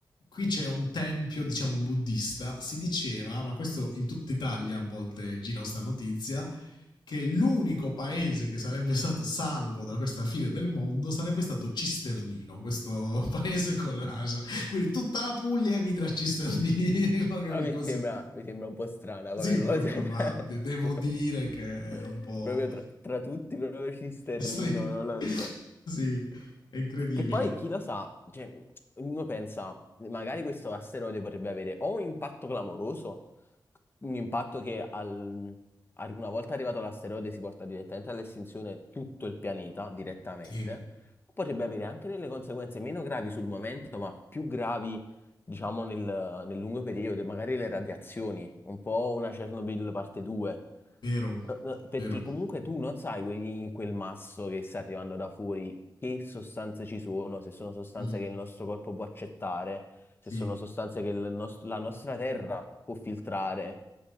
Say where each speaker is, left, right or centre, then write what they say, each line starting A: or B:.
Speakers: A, on the left; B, on the left.
A: Qui c'è un tempio, diciamo, buddista. Si diceva, ma questo in tutta Italia a volte gira sta notizia, che l'unico paese che sarebbe stato salvo da questa fine del mondo sarebbe stato Cisternino, questo <laughs> paese con l'Asia. Quindi tutta la Puglia emigra a Cisternino, <laughs> capi
B: Però mi
A: così.
B: sembra, mi sembra un po' strana
A: Sì,
B: come
A: un
B: cosa.
A: po' improbabile. Devo
B: <laughs>
A: dire che era
B: <laughs>
A: un po'...
B: Proprio tra, tra tutti, proprio Cisternino,
A: <laughs> Sì,
B: non lo so.
A: sì, è incredibile.
B: Che poi chi lo sa, cioè, uno pensa, magari questo asteroide potrebbe avere o un impatto clamoroso un impatto che al- al- una volta arrivato l'asteroide si porta direttamente all'estinzione tutto il pianeta, direttamente,
A: Sì,
B: potrebbe avere anche delle conseguenze meno gravi sul momento, ma più gravi, diciamo, nel, nel lungo periodo, magari le radiazioni, un po' una Chernobyl parte 2.
A: vero,
B: No, no,
A: vero.
B: Perché comunque tu non sai que- in quel masso che sta arrivando da fuori che sostanze ci sono, se sono sostanze
A: Mm,
B: che il nostro corpo può accettare, se
A: sì,
B: sono sostanze che il nos- la nostra terra può filtrare